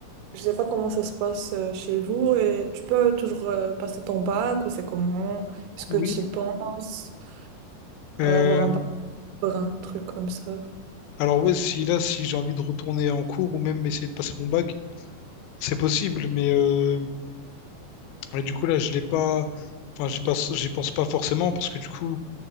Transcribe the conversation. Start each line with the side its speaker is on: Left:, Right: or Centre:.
Right: je sais pas comment ça se passe euh, chez vous et tu peux toujours euh, passer ton bac ou c'est comment? Est-ce que
Left: Oui.
Right: tu y penses
Left: Euh,
Right: euh, avoir un bac pour un truc comme ça?
Left: alors ouais, si là, si j'ai envie de retourner en cours ou même essayer de passer mon bac, c'est possible, mais euh, ouais, du coup là, je l'ai pas. Enfin, j'y pense, j'y pense pas forcément parce que du coup,